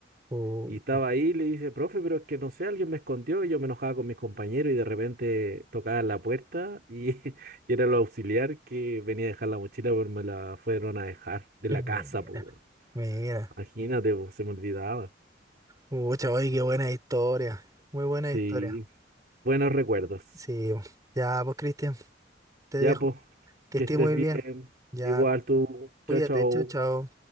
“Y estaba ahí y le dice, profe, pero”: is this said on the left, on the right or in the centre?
Right